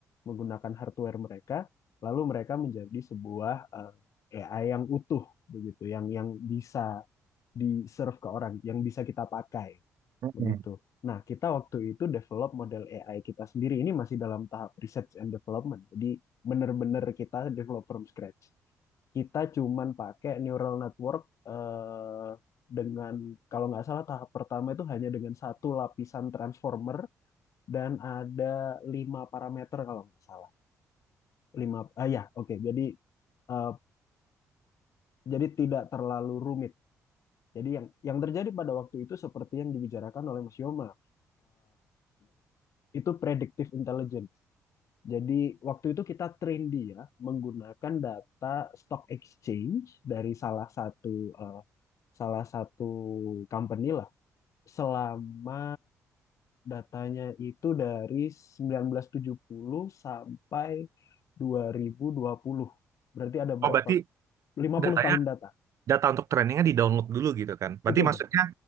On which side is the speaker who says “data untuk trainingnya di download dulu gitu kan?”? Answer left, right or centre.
Right